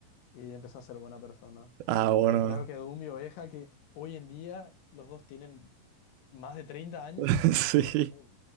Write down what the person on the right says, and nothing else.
Ah, bueno.
<laughs> Sí.